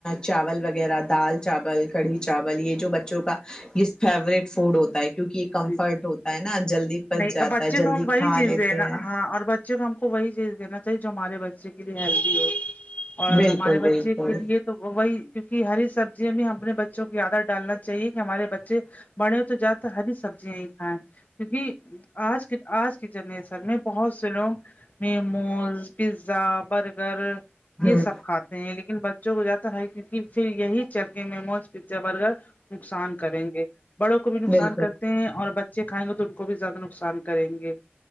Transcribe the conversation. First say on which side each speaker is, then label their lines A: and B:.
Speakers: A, on the left (about 20°); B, on the left (about 45°).
A: چاول وغیرہ دال چاول کڑھی چاول یہ جو بچ بچوں کا یہ فیوریٹ فوڈ ہو کیونکہ یہ کمفرٹ
B: جی جی
A: ہوتا ہے ناں جلدی پچ
B: نہیں
A: جاتا
B: اب بچے
A: ہے جلدی
B: کو ہم وہی
A: کھا
B: چیز
A: لیتے
B: دینا
A: ہیں
B: ہاں اور بچے کو ہم کو وہی چیز دین چاہیے جو ہمارے بچے کے لیے ہیلدی ہو اور
A: بالکل
B: ہمارے بچے
A: بالکل
B: کے لیے تو وہی کیونکہ ہری سبزیاں بھی ہم اپنے بچوں کی عادت ڈالنا چاہیے کہ ہمارے بچے بڑے تو جیادہ تر ہری سبزیاں ہی کھائیں کیونکہ آج کے آج کی جنریشن میں بہت سے لوگ میموز پیزا برگر
A: ہ
B: یہ سب کھاتے ہیں لیکن بچوں کو جیادہ پھر یہی چلتے مموز پیزا برگر نقصان کریں گے بڑوں کو بھی نقصان
A: بالکل
B: کرتے ہیں اور بچے کھائیں گے تو ان کو بھی زیادہ نقصان کریں گے